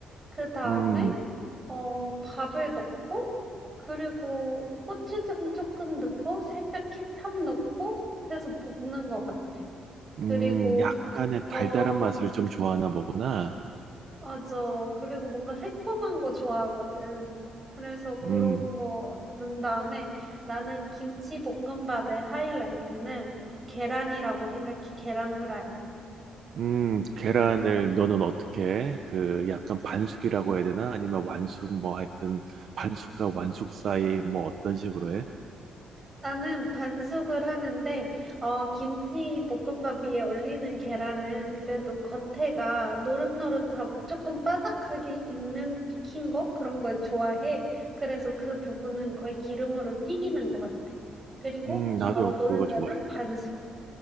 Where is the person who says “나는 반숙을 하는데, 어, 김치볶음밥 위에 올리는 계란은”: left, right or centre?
Right